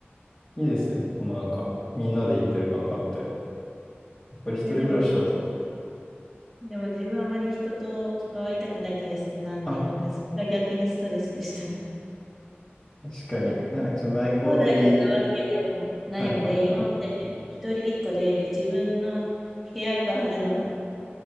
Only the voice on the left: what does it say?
いいですよね。もうなんか、みんなで行ってる感があって。やっぱり一人暮らしだと、
あ、
確かに。
なんかちょっと内向的。
はいはいはい。